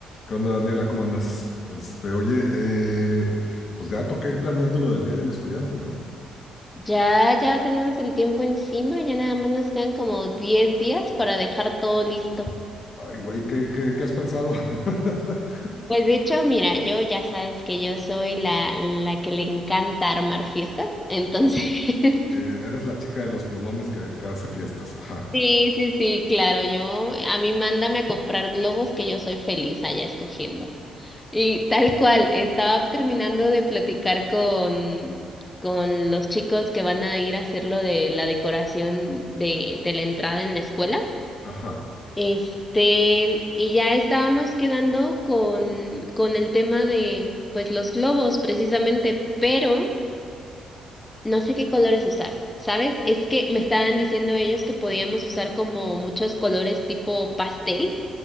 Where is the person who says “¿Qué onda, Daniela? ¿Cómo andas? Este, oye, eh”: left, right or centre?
Left